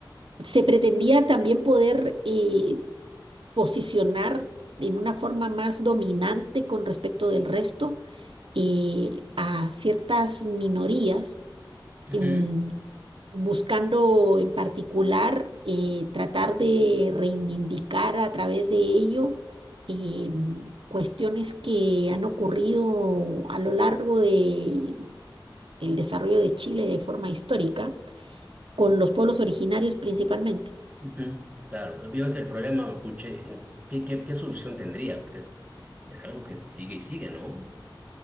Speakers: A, on the right; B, on the right.
A: se pretendía también poder eh, posicionar en una forma más dominante con respecto del resto eh, a ciertas minorías,
B: Ujú,
A: em, buscando en particular eh, tratar de reivindicar a través de ello em, cuestiones que han ocurrido a lo largo de el desarrollo de Chile de forma histórica, con los pueblos originarios principalmente.
B: ujú. Claro, yo es el problema mapuche, en ¿qué, qué, qué solución tendría? Porque es, es algo que sigue y sigue, ¿no?